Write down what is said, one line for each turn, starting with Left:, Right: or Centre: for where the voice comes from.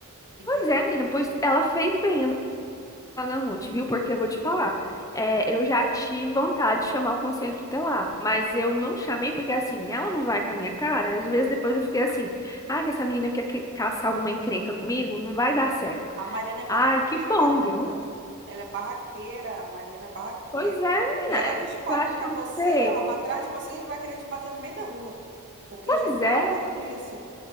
Right: Entendeu?
Left: Pois é, menina, pois ela fez bem. Ah, não, Ruth, viu? Porque eu vou te falar. É, eu já tive vontade de chamar o conselho tutelar, mas eu não chamei porque, assim, ela não vai com a minha cara. Às vezes depois eu fiquei assim, ai, que essa menina quer que- caçar alguma encrenca comigo, não vai dar certo.
Right: A Mariana é barraqueira,
Left: Ai, que bom,
Right: garota.
Left: viu?
Right: Ela é barraqueira, a Mariana é barraqueira.
Left: Pois é, menina,
Right: Se ela descobre
Left: é, tu acha
Right: que
Left: que
Right: é
Left: eu
Right: você,
Left: não sei?
Right: ela vai atrás de você e vai querer te bater no meio da rua. Porque
Left: Pois
Right: eu já vi
Left: é,
Right: ela fazendo isso.